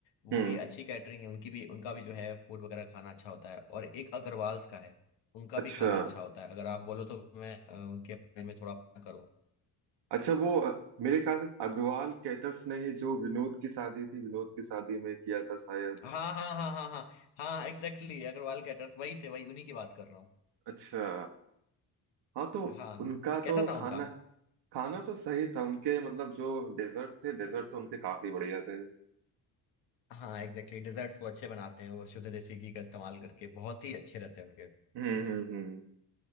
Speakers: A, on the left (about 85°); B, on the right (about 70°).
A: वो
B: हम्म
A: भी अच्छी कैटरिंग है उनकी भी उनका भी जो है फूड वगैरह खाना अच्छा होता है और एक अग्रवाल्स का है उनका
B: अच्छा
A: भी खाना अच्छा होता है अगर आप बोलो तो मैं अ, उनके बारे में थोड़ा पता करूँ
B: अच्छा वो अ, मेरे ख्याल से अग्रवाल कैटर्स ने ही जो विनोद की शादी थी विनोद की शादी में किया था शायद
A: हाँ हाँ हाँ हाँ हाँ हाँ एग्जैक्टली अग्रवाल कैटर्स वही थे वही उन्हीं की बात कर रहा हूँ
B: अच्छा हाँ तो
A: हाँ
B: उनका
A: कैसा
B: तो
A: था
B: खाना
A: उनका
B: खाना तो सही था उनके मतलब जो डेजर्ट थे डेजर्ट तो उनके काफी बढ़िया थे
A: हाँ एग्जैक्टली exactly, desserts वो अच्छे बनाते हैं वो शुद्ध देसी घी का इस्तेमाल करके बहुत ही अच्छे रहते हैं उनके
B: हम्म हम्म हम्म